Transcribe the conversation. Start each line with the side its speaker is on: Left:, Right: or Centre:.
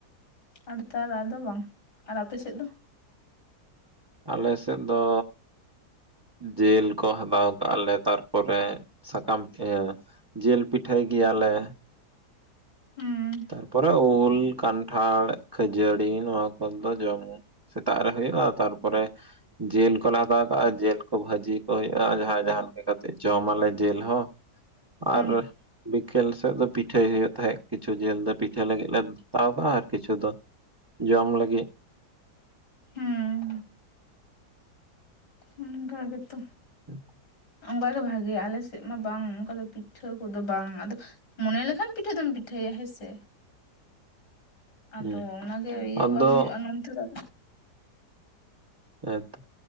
Left: ᱟᱸᱫᱽ ᱛᱟᱨᱟ ᱟᱫᱚ ᱵᱟᱝ ᱟᱨᱟᱯᱮ ᱥᱮᱫ ᱫᱚ?
Right: ᱟᱞᱮ ᱥᱮᱜ ᱫᱚ ᱡᱮᱹᱞ ᱠᱚ ᱦᱟᱫᱟᱣ ᱠᱟᱜᱼᱟ ᱞᱮ ᱛᱟᱨᱯᱚᱨᱮ ᱥᱟᱠᱟᱢ ᱯᱷᱮᱸᱻ ᱡᱮᱹᱞ ᱯᱤᱴᱷᱟᱹᱭ ᱜᱮᱭᱟᱞᱮ᱾
Left: ᱦᱩᱸ᱾
Right: ᱛᱟᱨᱯᱚᱨᱮ ᱩᱞ, ᱠᱟᱱᱴᱷᱟᱲ, ᱠᱷᱟᱹᱡᱟᱹᱲᱤ ᱱᱚᱣᱟ ᱠᱚᱫᱚ ᱡᱚᱢ ᱥᱮᱛᱟᱜ ᱨᱮ ᱦᱩᱭᱩᱜᱼᱟ, ᱛᱟᱨᱯᱚᱨᱮ ᱡᱮᱹᱞ ᱠᱚᱞᱮ ᱦᱟᱛᱟᱣ ᱠᱟᱜᱼᱟ, ᱡᱮᱞ ᱠᱚ ᱵᱷᱟᱹᱡᱤ ᱠᱚ ᱦᱩᱭᱩᱜᱼᱟ, ᱟᱸ ᱡᱟᱦᱟᱸᱭ ᱡᱟᱦᱟᱸ ᱞᱮᱠᱟ ᱠᱟᱛᱮᱜ ᱡᱚᱢ ᱟᱞᱮ ᱡᱤᱞ ᱦᱚᱸ᱾
Left: ᱦᱩᱸ
Right: ᱟᱨ ᱵᱤᱠᱮᱹᱞ ᱥᱮᱜ ᱫᱚ ᱯᱤᱴᱷᱟᱹᱭ ᱦᱩᱭᱩᱜ ᱛᱟᱦᱮᱜ, ᱠᱤ- -ᱪᱷᱩ ᱡᱮᱞ ᱫᱚ ᱯᱤᱴᱷᱟᱹ ᱞᱟᱹᱜᱤᱜ ᱞᱮ ᱛᱟᱣ ᱠᱟᱜᱼᱟᱻ ᱟᱨ ᱠᱤᱪᱷᱩ ᱫᱚ ᱡᱚᱢ ᱞᱟᱹᱜᱤᱜ᱾
Left: ᱦᱩᱸ ᱩᱸ ᱠᱟ ᱜᱮᱛᱚ᱾
Right: ᱟᱪᱷᱟ <inaudible>
Left: ᱚᱝᱠᱟ ᱜᱮ ᱵᱷᱟᱜᱮᱭᱟ, ᱟᱞᱮ ᱥᱮᱜ ᱢᱟ ᱵᱟᱝ ᱚᱝᱠᱟ ᱫᱚ ᱯᱤᱴᱴᱷᱟᱹ ᱠᱚᱫᱚ ᱵᱟᱝ ᱟᱫᱚ ᱢᱚᱱᱮ ᱞᱮᱠᱷᱟᱱ ᱯᱤᱴᱷᱟᱹ ᱫᱚᱢ ᱯᱤᱴᱷᱟᱹᱭᱟ ᱦᱮᱸ ᱥᱮ᱾ ᱟᱫᱚ
Right: ᱦᱩᱸ
Left: ᱚᱱᱟ ᱜᱮ ᱤᱭᱟᱹ
Right: ᱟᱫᱚ
Left: ᱵᱟᱝ ᱦᱩᱭᱩᱜᱼᱟ ᱱᱚᱱᱛᱮ ᱟᱫᱚ
Right: ᱮᱸᱛᱚ᱾